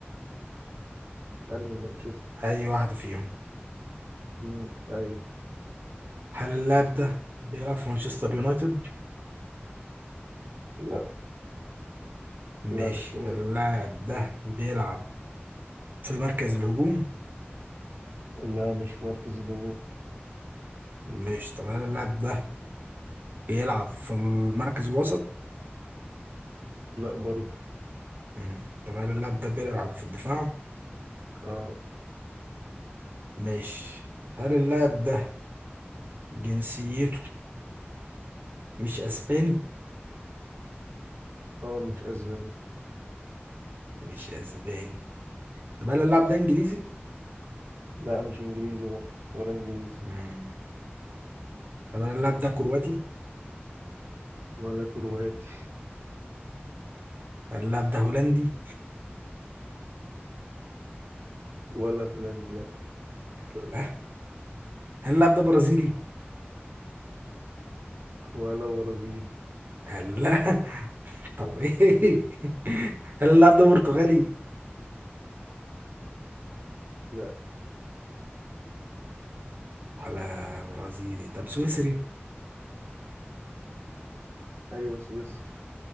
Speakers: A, on the right; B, on the right.
A: أنهي مانشستر؟
B: اي واحدة فيهم
A: مم. أيوه
B: هل اللاعب ده بيلعب في مانشستر يونايتد
A: لا
B: مش
A: لا مش نباتي
B: هل اللاعب ده بيلعب في مركز الهجوم
A: لا مش في مركز الهجوم
B: مش طب هل اللاعب ده بيلعب في المركز الوسط
A: لا برضه
B: مم. طب هل اللاعب ده بيلعب في الدفاع
A: اه
B: مش هل اللاعب ده جنسيته مش اسباني
A: اه مش اسباني
B: مش اسباني طب هل اللاعب ده انجليزي
A: لا مش انجليزي برضه ولا انجليزي
B: مم. طب هل اللاعب ده كرواتي
A: ولا كرواتي
B: هل اللاعب ده هولندي
A: ولا هولندي لا
B: لا هل اللاعب ده برازيلي
A: ولا برازيلي
B: لا <laughs> طب ايه <laughs> هل اللاعب ده برتغالي
A: لا
B: ولا برازيلي طب سويسري
A: ايوه سويسري